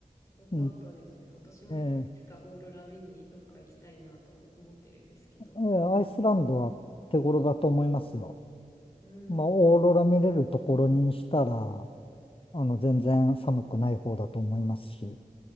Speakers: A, on the left; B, on the left.
A: よかったですね。
B: うん。
A: 私もいつかオーロラ見にどっか行きたいなと思ってるんですけど。
B: ええええアイスランドは手頃だと思いますよ。
A: うん、
B: まあ、オーロラ見れるところにしたら、あの、全然寒くない方だと思いますし。